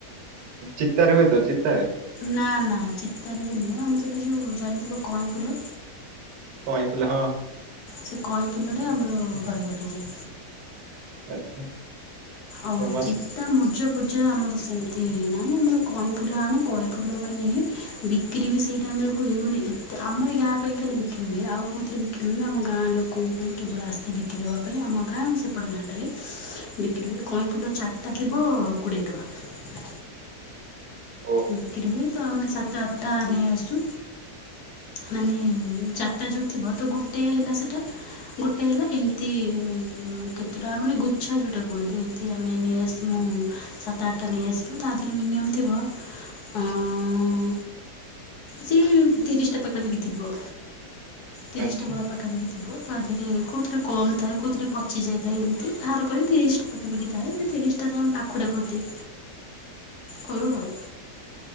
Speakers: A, on the right; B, on the left.
A: ଚିତା ରେ ହୁଏ ତ ଚିତାରେ।
B: ନା ନା ଚିତାରେ ବି ନୁହଁ ଆମ ସେଟା ଯୋଉ ଜାଣିଥିବ କଇଁ ଫୁଲ।
A: କଁଇଁ ଫୁଲ ହଁ।
B: ସେ କଇଁ ଫୁଲରେ ଆମର ଘର କଟାଯାଏ।
A: ଆଚ୍ଛା।
B: ଆଉ
A: ଫେମସ୍
B: ଚିତ୍ ତା ମୂର୍ଜ ଫୁର୍ଜ ରେ ଆମର ସେମିତି ନାହିଁ ଆମର କଇଁ ଫୁଲ ଆଣୁ କଇଁ ଫୁଲ ମାନେ ବିକ୍ରି ବି ସେଇ ଟାଇମ ରେ ହୁଏ ମାନେ ଏତେ ଆମର ଗାଁ ପାଇଁ ଖାଲି ବିକ୍ରି ହୁଏ ଆଉ କହୁଥିରେ ବିକ୍ ବିକ୍ରି ହୁଏନି ଆମ ଗାଁ ଲୋକଙ୍କ ପାଇଁ କେବଳ ଆସେ ବିକ୍ରି ହେବା ପାଇଁ ଆମ ଗାଁ ଆଉ ସେପଟେ ଗାଁଟାରେ ବିକ୍ରି ହୁଏ। କଇଁଫୁଲ ଚାରିଟା ଥିବ କୋଡ଼ିଏ ଟଙ୍କା।
A: ଓ
B: ବିକ୍ରି ହୁଏ ତ ଆମେ ସାତ ଆଠଟା ନେଇ ଆସୁ। ମାନେ ଚାରିଟା ଯୋଉ ଥିବ ତ ଗୋଟେ ହେଲା ସେଟା। ଗୋଟେ ହେଲା ଏମିତି ଉଁ କେତେଟା ମାନେ ଗୁଚ୍ଛା ଯୋଉଟା କୁହନ୍ତି ଏମତି। ଏମତି ଆମେ ନେଇଆସିମୁଁ ସାତ ଆଠଟା ନେଇଆସିମୁଁ ତା ଦେହରେ ମିନିୟମ ଥିବ ହଁ ସେଇ ତିରିଶଟା ପାଖାପାଖି ଥିବ। ତିରିଶଟା
A: ଆଚ୍ଛା
B: ଭଳିଆ ପାଖାପାାଖି ବହୁତ୍ ତା ଦେହରେ କୋଉଥିରେ କମ ଥାଏ କୋଉଥିରେ ପଚି ଯାଇଥାଏ ଏମିତି ବାହାର କରି ତିରିଶଟା ପାଖାପାଖି ଥାଏ ସେ ତିରିଶ ଆମେ ପାଖୁଡ଼ା କରିଦିଏ। କରୁ ଆଉ।